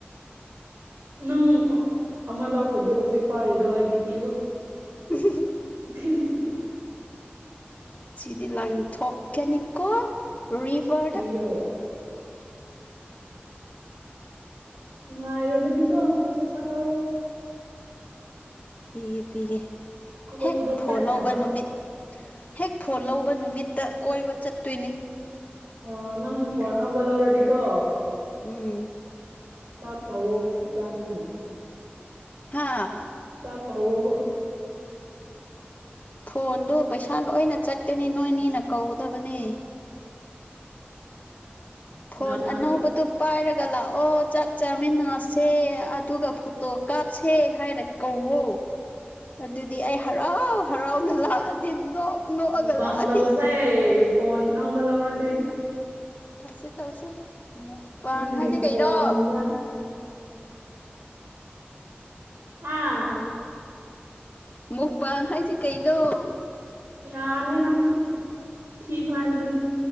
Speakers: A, on the right; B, on the left.
A: ꯅꯪ ꯑꯥ ꯑꯃ ꯂꯧꯈ꯭ꯔꯗꯤ ꯍꯧꯖꯤꯛ ꯄꯥꯔꯤꯗꯣ ꯑꯩꯒꯤ ꯄꯤꯔꯣ
B: <unintelligible>
A: <unintelligible>
B: ꯁꯤꯗꯤ ꯂꯪꯊꯣꯛꯀꯅꯤꯀꯣ ꯔꯤꯚꯔꯗ
A: ꯌꯣ ꯉꯥꯏꯔꯕꯅꯤꯀꯣ ꯁꯥꯁꯠ ꯂꯧꯔꯣ
B: ꯄꯤꯒꯦ ꯄꯤꯒꯦ
A: ꯀꯣꯏꯕ
B: ꯍꯦꯛ ꯐꯣꯟ
A: ꯆꯠꯅꯕ
B: ꯂꯧꯕ ꯅꯨꯃꯤꯠ ꯍꯦꯛ ꯐꯣꯟ ꯂꯧꯕ ꯅꯨꯃꯤꯠꯇ ꯀꯣꯏꯕ ꯆꯠꯇꯣꯏꯅꯤ
A: ꯑꯥ ꯅꯪ ꯐꯣꯟ ꯑꯅꯧꯕ ꯂꯧꯔꯗꯤꯀꯣ
B: ꯎꯝ
A: ꯆꯥꯛ ꯀꯧꯑꯣ ꯏꯕꯟꯅꯤꯕꯨ
B: ꯍꯥꯥ
A: ꯆꯥꯛ ꯀꯧꯋꯣꯕ
B: ꯐꯣꯟꯗꯨ ꯄꯩꯁꯥ ꯂꯣꯏꯅ ꯆꯠꯀꯅꯤ ꯅꯣꯏꯅꯤꯅ ꯀꯧꯒꯗꯕꯅꯦ
A: ꯀꯅꯥ
B: ꯐꯣꯟ
A: ꯀꯅꯥ
B: ꯑꯥꯅꯧꯕꯗꯨꯞ
A: ꯆꯠ
B: ꯄꯥꯏꯔꯒ ꯂꯥꯛꯑꯣ ꯆꯥꯛ ꯆꯥꯃꯤꯟꯅꯁꯦ ꯑꯗꯨꯒ ꯐꯣꯇꯣ ꯀꯥꯞꯁꯦ ꯍꯥꯏꯔꯛ ꯀꯧꯋꯣ ꯑꯗꯨꯗꯤ ꯑꯩ ꯍꯥꯔꯥꯎ ꯍꯥꯔꯥꯎꯅ ꯂꯥꯛꯑꯅꯤ ꯅꯣꯛ ꯅꯣꯛꯑꯒ
A: ꯃꯨꯛꯕꯥꯡ
B: ꯂꯥꯛꯑꯅꯤ
A: ꯇꯧꯁꯩ ꯐꯣꯟ ꯑꯅꯧꯕ ꯂꯧꯔꯗꯤ
B: ꯇꯧꯁꯦ ꯇꯧꯁꯦ, ꯃꯨꯛꯕꯥꯡ
A: ꯅꯪꯒꯤ
B: ꯍꯥꯏꯁꯦ ꯀꯩꯅꯣ?
A: ꯐꯣꯟꯗ ꯑꯥ
B: ꯃꯨꯛꯕꯥꯡ ꯍꯥꯏꯁꯤ ꯀꯩꯅꯣ?
A: ꯌꯥꯔꯦꯍꯦ ꯅꯪꯁꯨ ꯊꯤ ꯐꯥꯏꯕꯗꯨꯅꯤ꯫